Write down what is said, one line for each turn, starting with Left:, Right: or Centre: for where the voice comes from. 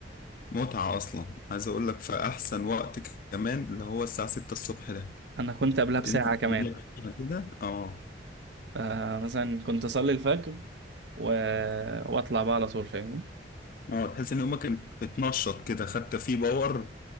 Left: متعة أصلا عايز أقول لك في أحسن وقت كمان اللي هو الساعة 6 الصبح ده
Right: أنا كنت قبلها بساعة
Left: تنزل تجيب
Right: كمان
Left: لك كده اه
Right: فمثلا كنت أصلي الفجر و... وأطلع بقى على طول فاهمني
Left: اه تحس ان يومك بتنشط كده خدت فيه باور